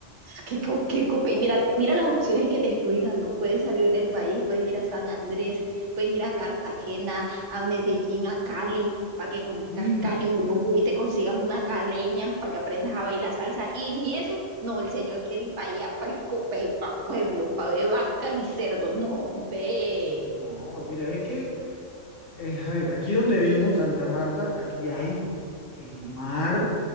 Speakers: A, on the right; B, on the left.
A: Qué, co- qué cope- Mira, mira las opciones que te estoy dando. Puedes salir del país, puedes ir a San Andrés, puedes ir a Cartagena, a Medellín, a Cali, para que conozcas
B: Y,
A: Cali, mira y te consigas una caleña para que aprendas a bailar salsa. Y ni eso, no, el señor quiere ir para allá, para el Copey, para Pueblo, para ver vacas y cerdos. No, ve,
B: no, mira, es que, eh, a ver, aquí donde vivimos, Santa Marta, aquí hay eh, mar,